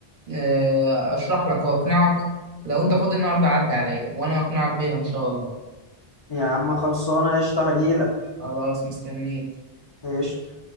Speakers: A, on the right; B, on the left.
A: آه، اشرح لك واقنعك لو انت فاضي النهاردة عدي عليا وانا اقنعك بيها ان شاء الله
B: يا عم خلصانة قشطة هجيلك
A: خلاص مستنيك
B: قشطة